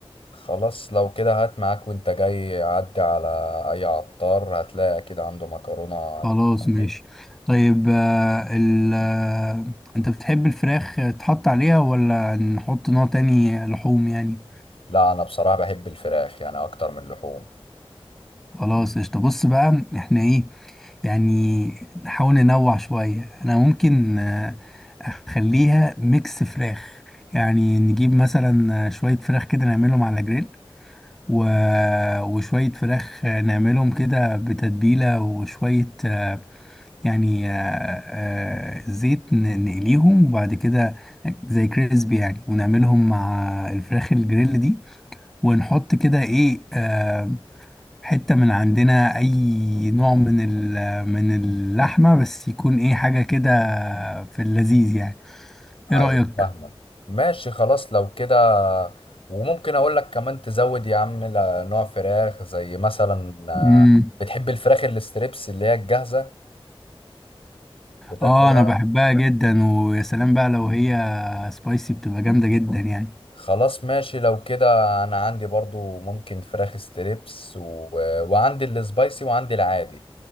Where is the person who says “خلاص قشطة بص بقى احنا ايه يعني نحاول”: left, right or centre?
Centre